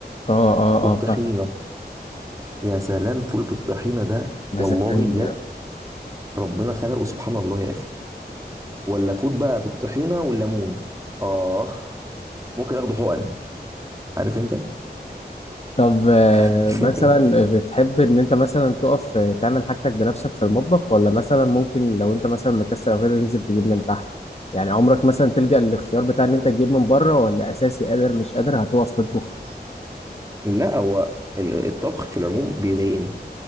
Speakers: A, on the left; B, on the right.
A: اه اه
B: والطحينه
A: اه فاهم
B: يا سلام فول بالطحينه ده
A: مزقني
B: والله بجد ربنا خلقه سبحان الله يا اخي ولا فود بقى بالطحينه والليمون اه ممكن اخده حقن عارف انت
A: طب آه
B: <laughs>
A: مثلا بتحب ان انت مثلا تقف آه، تعمل حاجتك بنفسك في المطبخ ولا مثلا ممكن لو انت مثلا مكسل او كده تنزل تجيب من تحت يعني عمرك مثلا تلجأ للاختيار بتاع ان انت تجيب من بره ولا اساسي قادر مش قادر هتقف تطبخ
B: لا هو ال- الطبخ في العموم بيضايقني